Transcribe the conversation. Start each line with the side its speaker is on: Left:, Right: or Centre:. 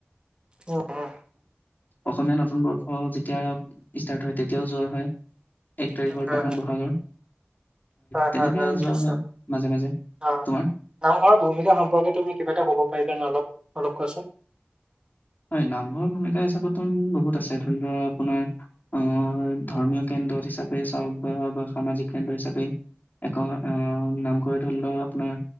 Right: উম উম
Left: অসমীয়া নতুন বৰ্ষ যেতিয়া ষ্টাৰ্ট হয় তেতিয়াও যোৱা হয়। এক তাৰিখৰ
Right: হয় হয়
Left: দিনাখন, বহাগৰ।
Right: হয়,
Left: তেনেকে
Right: হয়, হয়
Left: যোৱা
Right: নিশ্চয়
Left: মাজে মাজে।
Right: অ'
Left: তোমাৰ
Right: নামঘৰৰ ভূমিকা সম্পৰ্কে তুমি কিবা এটা কব পাৰিবানে অলপ? অলপ কোৱাচোন।
Left: হয় নামঘৰ ভূমিকা হিচাপতো বহুত আছে। ধৰি লওৱা আপোনাৰ আহ ধৰ্মীয় কেন্দ্ৰ হিচাপে চাওক বা বা সামাজিক কেন্দ্ৰ হিচাপে এক। আহ' নামঘৰে ধৰি লও আপোনাৰ